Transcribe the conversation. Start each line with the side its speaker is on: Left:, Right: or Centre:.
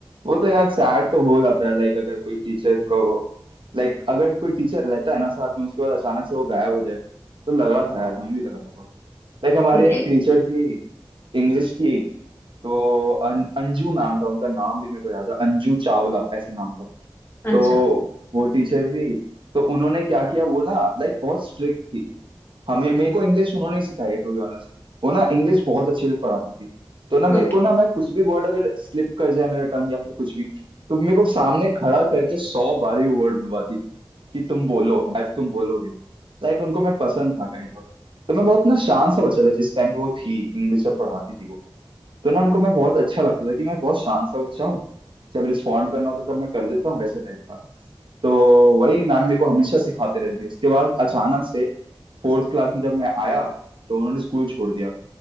Right: वो तो यार सैड तो हो जाता है लाइक अगर कोई टीचर को लाइक अगर कोई टीचर रहता है ना साथ में उसके बाद अचानक से वो गायब हो जाए तो लगा था यार हमें भी लगा था बहुत। लाइक हमारी एक
Left: यस
Right: टीचर थी इंग्लिश की तो अन, अंजू मैम था उनका नाम भी मेरे को याद है अंजू चावला ऐसे नाम था
Left: अच्छा
Right: तो वो टीचर थी तो उन्होंने क्या किया वो ना लाइक बहुत स्ट्रिक्ट थी हमें मेरे को इंग्लिश उन्होंने ही सिखाई है टू बी ऑनेस्ट वो ना इंग्लिश बहुत अच्छे से पढ़ाती थी तो ना मेरे
Left: ओके
Right: को ना मैं कुछ भी वर्ड अगर स्लिप कर जाए मेरा टंग या फिर कुछ भी तो मेरे को सामने खड़ा करके सौ बारी वो वर्ड बुलवाती थी कि तुम बोलो आज तुम बोलोगे लाइक उनको मैं पसंद था काइंड ऑफ तो मैं बहुत ना शांत सा बच्चा था जिस टाइम पे वो थी इंग्लिश जब पढ़ाती थी वो तो ना उनको मैं बहुत अच्छा लगता था कि मैं बहुत शांत सा बच्चा हूँ जब रिस्पॉन्ड करना होता है तब मैं कर देता हूँ वैसे टाइप का तो वही मैम मेरे को हमेशा सिखाते रहती थी उसके बाद अचानक से फोर्थ क्लास में जब मैं आया तो उन्होंने स्कूल छोड़ दिया